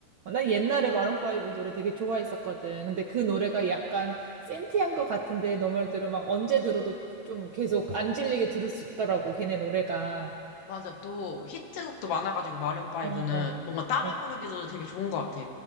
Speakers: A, on the right; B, on the left.
A: 어, 난 옛날에 마룬5 노래 되게 좋아했었거든. 근데 그 노래가 약간 센티한 것 같은데 너 말대로 막 언제 들어도 좀 계속 안 질리게 들을 수 있더라고, 걔네 노래가.
B: 맞아. 또 히트곡도 많아가지고 마룬파이브는
A: 어, 어,
B: 뭔가 따라
A: 어.
B: 부르기도 되게 좋은 것 같아.